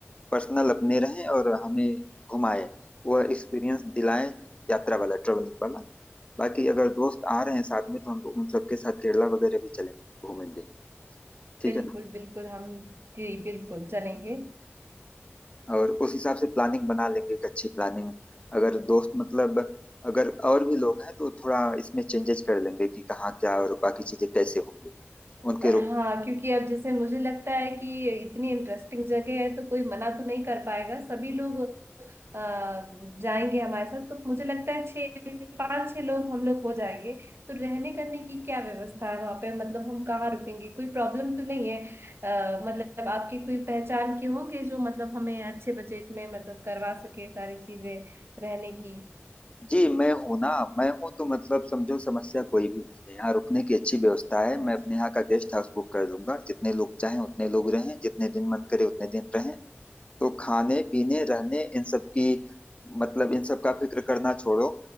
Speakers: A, on the left (about 25°); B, on the right (about 65°).
A: पर्सनल अपने रहें और हमें घुमाए वह एक्सपीरियंस दिलाएं यात्रा वाला ट्रेवलिंग वाला बाकी अगर दोस्त आ रहे हैं साथ में तो हम उन सबके साथ केरला वगैरह भी चलें घूमेंगे ठीक
B: बिल्कुल
A: है ना?
B: बिल्कुल हम जी बिल्कुल चलेंगे
A: और उस हिसाब से प्लानिंग बना लेंगे एक अच्छी प्लानिंग अगर दोस्त मतलब अगर और भी लोग हैं तो थोड़ा इसमें चेंजेस कर लेंगे कि कहाँ क्या और बाकी चीजें कैसे होंगी उनके
B: हाँ
A: रुक
B: क्योंकि अब जैसे मुझे लगता है कि इतनी इंटरेस्टिंग जगह है तो कोई मना तो नहीं कर पाएगा सभी लोग अ, जाएंगे हमारे साथ तो मुझे लगता है छः पाँच छह लोग हम लोग हो जाएंगे तो रहने करने की क्या व्यवस्था है वहाँ पे मतलब हम कहाँ रुकेंगे कोई प्रॉब्लम तो नहीं है अ, मतलब आपकी कोई पहचान के होंगे जो मतलब हमें अच्छे बजट में मतलब करवा सके सारी चीजें रहने की
A: जी मैं हूँ ना मैं हूँ तो मतलब समझो समस्या कोई भी नहीं है यहाँ रुकने की अच्छी व्यवस्था है
B: अच्छा।
A: मैं अपने यहाँ का गेस्ट हाउस बुक कर दूंगा जितने लोग चाहें उतने लोग रहें जितने दिन मन करे उतने दिन रहें तो खाने पीने रहने इन सब की मतलब इन सब का फिक्र करना छोड़ो